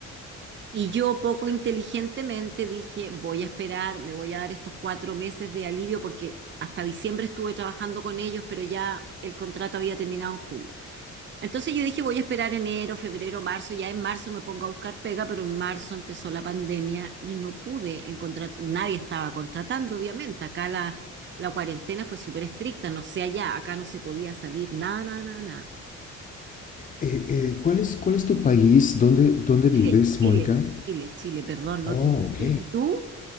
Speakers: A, on the right; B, on the left.
A: Y yo poco inteligentemente dije, voy a esperar, me voy a dar estos cuatro meses de alivio porque hasta diciembre estuve trabajando con ellos, pero ya el contrato había terminado en julio. Entonces yo dije, voy a esperar enero, febrero, marzo, ya en marzo me pongo a buscar pega, pero en marzo empezó la pandemia y no pude encontrar, nadie estaba contratando, obviamente. Acá la, la cuarentena fue súper estricta, no sé allá, acá no se podía salir, nada, nada, nada.
B: Eh, eh, ¿cuál es, cuál es tu país? ¿Dónde, dónde vives,
A: Chile, Chile.
B: Mónica?
A: Chile, Chile, perdón, no
B: Oh,
A: te dije.
B: ok.
A: ¿Y tú?